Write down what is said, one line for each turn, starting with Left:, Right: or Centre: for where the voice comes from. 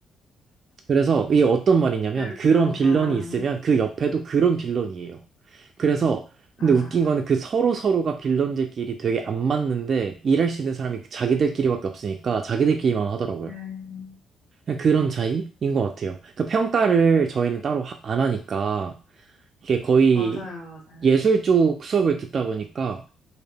Right: 그래서 이게 어떤 말이냐면
Left: 늘도,
Right: 그런 빌런이
Left: 아,
Right: 있으면 그 옆에도 그런 빌런이에요. 그래서 근데
Left: 아,
Right: 웃긴 거는 그 서로 서로가 빌런들끼리 되게 안 맞는데 일할 수 있는 사람이 자기들끼리밖에 없으니까 자기들끼리만 하더라고요.
Left: 네.
Right: 그냥 그런 차이인 것 같아요. 그 평가를 저희는 따로 하- 안 하니까 이게 거의
Left: 맞아요, 맞아요.
Right: 예술 쪽 수업을 듣다 보니까